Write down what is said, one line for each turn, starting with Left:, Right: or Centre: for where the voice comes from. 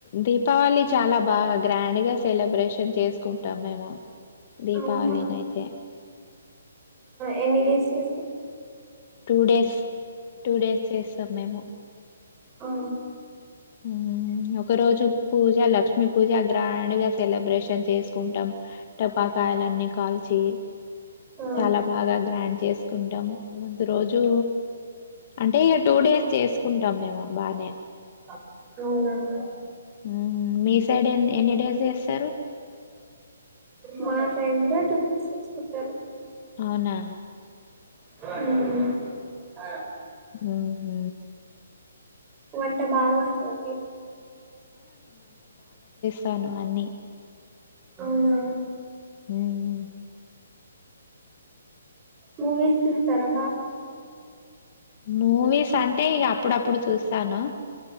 Left: దీపావళి చాలా బాగా గ్రాండ్గాసేలబ్రేషన్ చేసు కుంటాం మేము దీపావళి
Right: అవునా
Left: న అయితే
Right: ఎన్ని డేస్ చేసుకుంటారు
Left: టూ డేస్ టూ డేస్ చేస్తాం మేము
Right: అ
Left: ఉ ఒక రోజు పూజ లక్ష్మీ పూజ గ్రాండ్గా సెలబ్రేషన్ చేసుకుంటాం టపాకాయలన్నీ కాల్చి
Right: ఆ
Left: చాలా బాగా గ్రాండ్ చేస్ కుంటాం ముందు రోజు అంటే ఇక టూ డేస్ చేసుకుంటాం మేము బానే
Right: అవున
Left: ఉమ్ మీసైడ్ ఏంది ఎన్ని డేస్ చేస్తారు
Right: మా ఫ్రెండు టూ డేస్ చేసుకుంటారు
Left: అవునా
Right: ఊ
Left: ఊహూ
Right: వంట బాగా వస్తుంది
Left: తను అన్నీ
Right: అవునా
Left: హ్మ్.
Right: మూవీస్ చూస్తారా బా
Left: మూవీస్ అంటే ఇక అప్పుడప్పుడు చూస్తాను